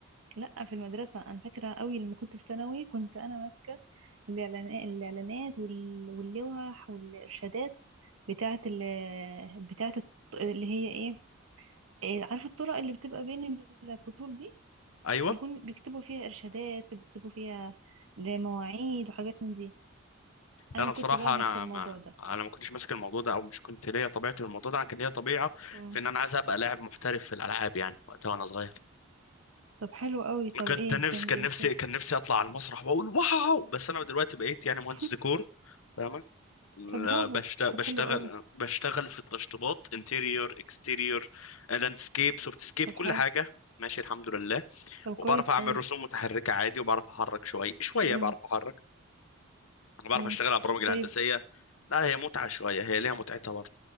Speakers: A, on the right; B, on the left.
A: لا في المدرسة أنا فاكرة قوي لما كنت في ثانوي كنت أنا ماسكة الإعلانات الإعلانات وال- واللوح والإرشادات بتاعة ال بتاعة الط- اللي هي إيه إيه، عارفة الطرق اللي بتبقى بين الفصول دي
B: ايوه
A: بيكون بيكتبوا فيها إرشادات بيكتبوا فيها لمواعيد وحاجات من دي أنا
B: لا انا
A: كنت
B: بصراحه
A: بقى ماسكة
B: انا
A: الموضوع
B: ما
A: ده
B: انا ما كنتش ماسك الموضوع ده او مش كنت ليا طبيعتي في الموضوع ده انا كان ليا طبيعه
A: مم.
B: في ان انا عايز ابقى لاعب محترف في الالعاب يعني وقتها وانا صغير
A: طب حلو قوي طب
B: كنت
A: إيه
B: نفسي
A: بتعمل
B: كان
A: إيه
B: نفسي
A: مثلا
B: كان نفسي اطلع على المسرح واقول واو بس انا دلوقتي بقيت يعني
A: <laughs>
B: مهندس ديكور فاهمة
A: طب برافو
B: آه، بشت- بشتغل
A: طب حلو قوي
B: بشتغل في التشطيبات انتيريور اكستيريور لاندسكيب سوفت سكيب
A: طب
B: كل
A: حلو
B: حاجة ماشي الحمد لله
A: طب كويس
B: وبعرف اعمل
A: قوي
B: رسوم متحركة عادي وبعرف احرك شوية شوية
A: امم
B: بعرف احرك انا بعرف
A: امم
B: اشتغل على البرامج الهندسية
A: طيب
B: لا هي متعة شوية هي ليها متعتها برضه